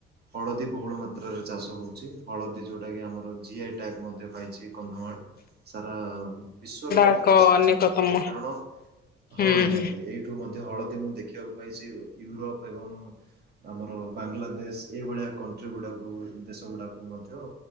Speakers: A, on the right; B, on the left.
A: ହଳଦୀ ବହୁଳ ମାତ୍ରାରେ ଚାଷ ହଉଛି। ହଳଦୀ ଯୋଉଟା କି ଆମର ଜି ଆଇ ତ୍ୟାଗ ମଧ୍ୟ ପାଇଛି କନ୍ଧମାଳ ସାରା ବିଶ୍ୱରେ ମଧ୍ୟ
B: ଏକ
A: ପ୍ରସିଦ୍ଧ
B: ଅନେକତମ
A: ଆମେ କହିପାରିବା। କାରଣ ହଁ
B: ହୁଁ
A: ନିହାତି ଏଇଠୁ ମଧ୍ୟ ହଳଦୀ ମୁଁ ଦେଖିବାକୁ ପାଇଛି ୟୁରୋପ ଏବଂ ଆମର ବାଂଲାଦେଶ ଏଇଭଳିଆ କଣ୍ଟ୍ରି ଗୁଡ଼ାକୁ ଦେଶ ଗୁଡ଼ାକୁ ମଧ୍ୟ